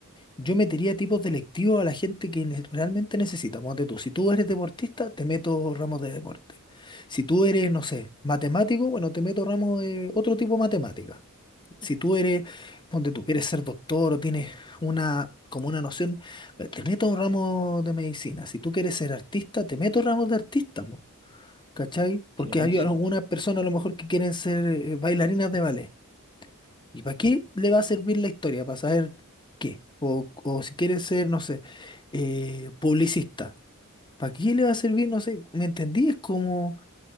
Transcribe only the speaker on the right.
Sí, ahí
sí.